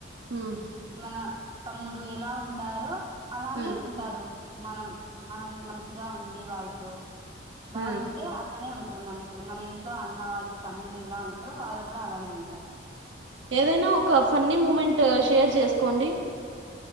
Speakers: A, on the right; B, on the right.
A: హ్మ్
B: మన తమ్ముడు ఎలా ఉంటారో అలానే
A: హ్మ్
B: ఉంటారు మనం మనం మంచిగా ఉండి వాళ్ళతో
A: హ్మ్
B: బాగుంటే అతనే ఉంటు మనతో మన ఇంట్లో అన్న వాళ్ళు తమ్ముళ్ళ ఇలా ఉంటారు వాళ్ళు కూడా అలానే ఉంటారు
A: ఏదైనా ఒక ఫన్నీ మూమెంట్ షేర్ చేసుకోండి